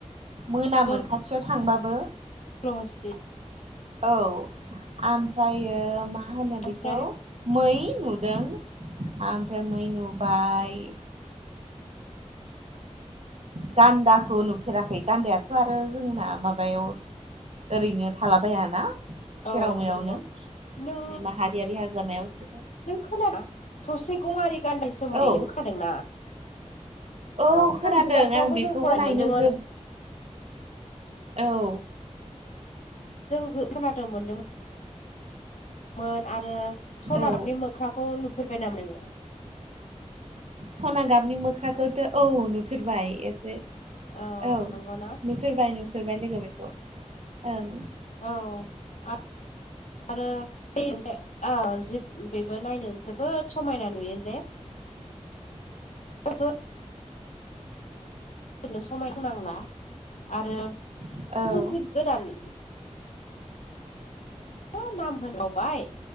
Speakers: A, on the right; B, on the left.
A: मोनामो
B: जल
A: खाथियाव थांबाबो
B: <unintelligible>
A: औ आमफ्रायो मा होनो
B: ओमफ्राय
A: बेखौ मै नुदों ओमफ्राय मै नुबाय गान्दाखौ नुफेराखै गान्दायाथ' आरो जोंना माबायाव ओरैनो थालाबायाना सेराव
B: औ
A: मेरावनो
B: नंगौ नों
A: माहा यारि हाग्रायावसो
B: नों खोनादोंना थसे गंआरि गानदानि सोमोनदै
A: औ
B: नों खोनादों ना
A: औ खोनादों
B: बिजाबफ्रावबो
A: आं बेखौबो
B: जों फरायनो
A: नायनो
B: मोनदोंमोन
A: जोब औ
B: जों खोनादों मोनदों मोन आरो सना
A: औ
B: गाबनि मोख्राखौ नुफेरबाय नामा नोङो
A: सना गाबनि मोख्राखौथ' औ नुफेरबाय एसे
B: अ
A: औ
B: नंगौना
A: नुफेरबाय नुफेरबाय लोगो बेखौ ओं
B: औ आरो बै मोनसे जिब बेबो नायनो जोबोद समायना नुयो जे ओरैनो बिदिनो समाय होनो नांला आरो मोनसे
A: ओं
B: जि गोदान मा नाम होनो बावबाय